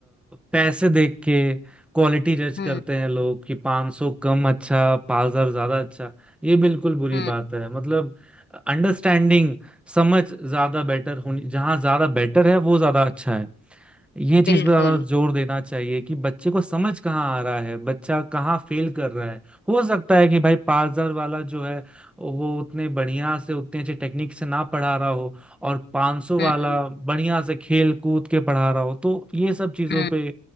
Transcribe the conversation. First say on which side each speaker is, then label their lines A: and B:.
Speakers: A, in the centre; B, on the left (about 35°).
A: पैसे देख के क्वालिटी जज
B: हम्म
A: करते हैं लोग कि 500 कम अच्छा 5000 ज्यादा अच्छा ये बिल्कुल बुरी
B: हम्म,
A: बात है मतलब अंडरस्टैंडिंग समझ ज्यादा बेटर होनी जहाँ ज्यादा बेटर है वो ज्यादा अच्छा है ये चीज
B: बिल्कुल
A: पे ज्यादा जोर देना चाहिए कि बच्चे को समझ कहाँ आ रहा है बच्चा कहाँ फेल कर रहा है हो सकता है कि भाई पाँच हजार वाला जो है वो उतने बढ़िया से उतने अच्छे टेक्निक से ना पढ़ा रहा हो और पाँच सौ
B: हम्म
A: वाला बढ़िया से खेल कूद के पढ़ा रहा हो तो ये सब चीजों
B: हम्म
A: पे